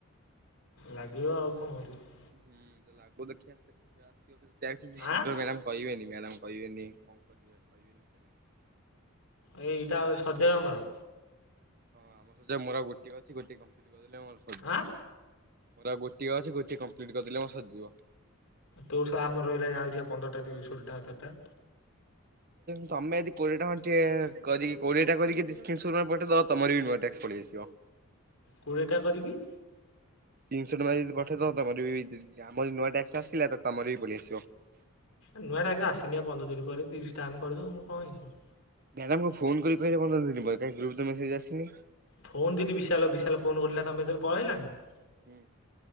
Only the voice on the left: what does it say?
ଲାଗିବ ଆଉ କଣ କରିବ।
ଆଁ
ଏଇ ଏଇଟା ସରିଯାଉ ଆମର।
ଆଁ
ତୋ ଶ ଆମର ରହିଲାଣି ଆହୁରି ପରା ଷୋଳଟା ସଟରଟା।
କୋଡ଼ିଏଟା କରିକି
ନୂଆ ଟ୍ୟାକ୍ସ ପା ଆସିନି ପନ୍ଦର ଦିନ ପରେ ତିରିଶ ଟା ଆମେ କରିଦବୁନୁ କଣ ହେଇଛି।
ଫୋନ ଦିନି ବିଶାଲ ବିଶାଲ୍ ଫୋନ୍ କିରିଲା ତମେ ସେତବେଳେ ପଳେଇଲାଣି <unintelligible>